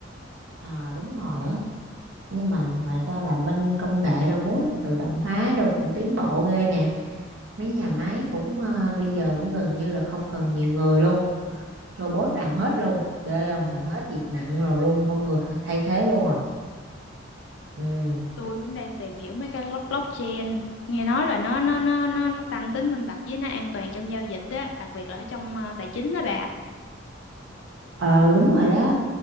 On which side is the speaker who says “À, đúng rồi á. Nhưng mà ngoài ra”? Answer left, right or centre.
Right